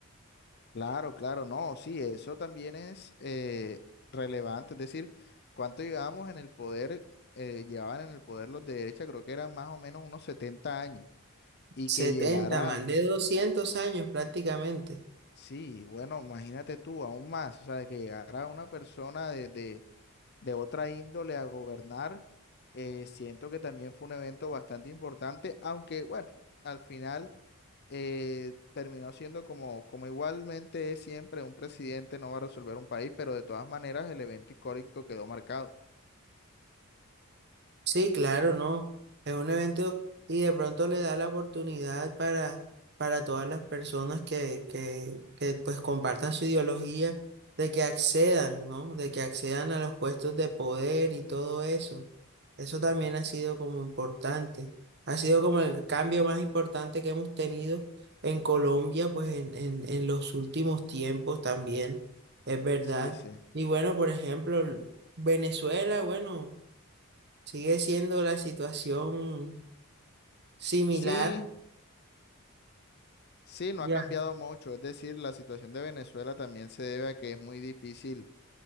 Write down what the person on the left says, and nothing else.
Claro, claro, no, sí, eso también es eh, relevante, es decir, cuánto llevábamos en el poder, eh, llevaban en el poder los de derecha, creo que eran más o menos unos 70 años, y
que llegara,
sí, bueno, imagínate tú, aún más, o sea, que llegara una persona de, de, de otra índole a gobernar, eh, siento que también fue un evento bastante importante, aunque bueno, al final eh, terminó siendo como, como igualmente es siempre, un presidente no va a resolver un país, pero de todas maneras el evento histórico quedó marcado.
Sí, sí.
Sí, sí, no
ha cambiado mucho. Es decir, la situación de Venezuela también se debe a que es muy difícil,